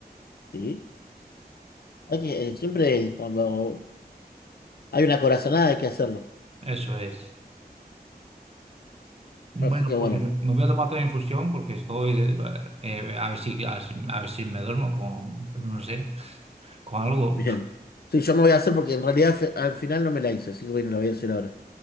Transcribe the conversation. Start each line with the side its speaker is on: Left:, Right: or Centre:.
Left: ¿sí? Hay que- eh, siempre cuando hay una corazonada hay que hacerlo.
Right: Eso es. Bueno,
Left: Así que bueno,
Right: pues me voy a tomar otra infusión porque estoy, eh, eh, a ver si, a ver si a ver si me duermo con, no sé, con algo.
Left: bien. Sí, yo me voy a hacer porque en realidad fe- al final no me la hice, así que bueno, la voy a hacer ahora.